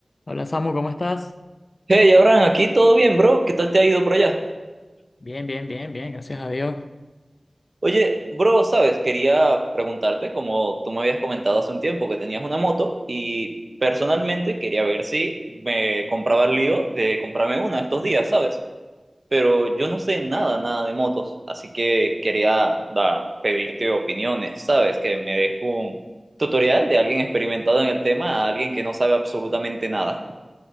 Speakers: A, on the left; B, on the right.
A: Hola Samu, ¿cómo estás?
B: Hey, Abraham, aquí todo bien, bro. ¿Qué tal te ha ido por allá?
A: Bien, bien, bien, bien, gracias a Dios.
B: Oye, bro, sabes, quería preguntarte, como tú me habías comentado hace un tiempo que tenías una moto y personalmente quería ver si me compraba el lío de comprarme una estos días, ¿sabes? Pero yo no sé nada, nada de motos, así que quería da, pedirte opiniones, ¿sabes? Que me des un tutorial de alguien experimentado en el tema a alguien que no sabe absolutamente nada.